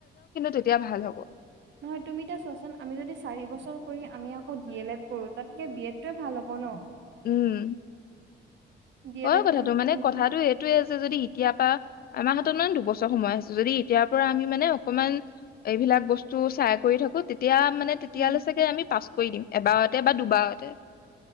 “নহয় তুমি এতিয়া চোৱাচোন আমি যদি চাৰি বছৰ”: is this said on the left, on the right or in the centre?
Right